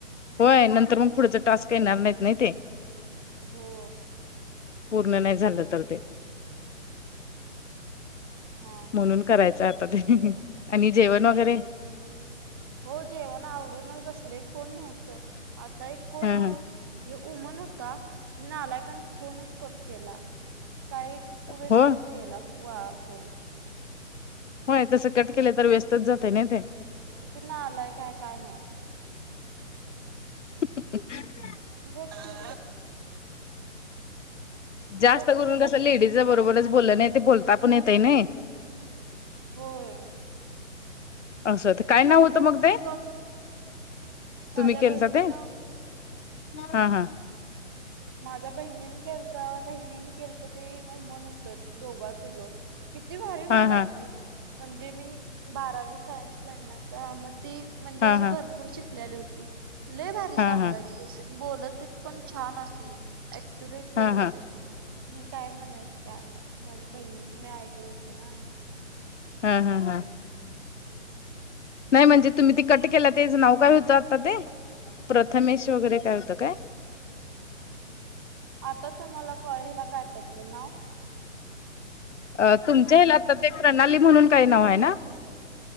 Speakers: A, on the left (about 65°); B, on the right (about 20°).
A: होय नंतर मग पुढेच टास्क येणार नाहीत नाही ते
B: हो.
A: पूर्ण नाही झालं तर ते
B: हा हा
A: म्हणून करायचं आता ते आणि जेवण
B: हम्म
A: वगैरे
B: हम्म हो जेवण आवरूनच बसले कोण नव्हतं आता एक कोण?
A: हा हा
B: उ म्हन होता. नाही आलाय काण फोनच कट केला काही खूप वेस्तच
A: हो
B: गेला. वा फोून
A: होय तस कट
B: किती
A: केलं तर वेस्टच जाते ना ते
B: किती ना आलाय काय काय नाही.
A: ह.
B: बघठी.
A: जास्त
B: कट
A: करून
B: केला
A: कसं लेडीज
B: फोन
A: बरोबरच बोललं नाही ते बोलता पण येतय नाही.
B: होळ.
A: असं तर काय नाव होतं
B: बहिणीन
A: मग ते
B: कॉल माझ्या
A: तुम्ही केलता
B: बहिणीन
A: ते हा हा
B: माझ्या बहिणीन केता बहिणीनी केल. ते उमन होतं दोघा तिघं किती भारी बोलायची.
A: हा हा
B: म्हणजे मी बारावी सायन्स ला ना तर मग ती म्हणजे
A: हा
B: अशी
A: हा
B: भरपूर शिक. होती लले भारी
A: हा
B: सांगायची
A: हा
B: त बोलत त पण छान असे. ऍक्टुरेट बोलत
A: हा हा
B: हे काय म्हणायचं काय नाही. माझ्या बहिणीच मी ऐकलं होत ना
A: हम हम हम नाही म्हणजे तुम्ही ते कट केला तेचं नाव काय होतं आता ते प्रथमेश वगैरे काय होतं काय
B: आता तुम्हाला कळयला काय पडलं नाव
A: अ तुमच्या हेला आता ते प्रणाली म्हणून काही नाव आहे ना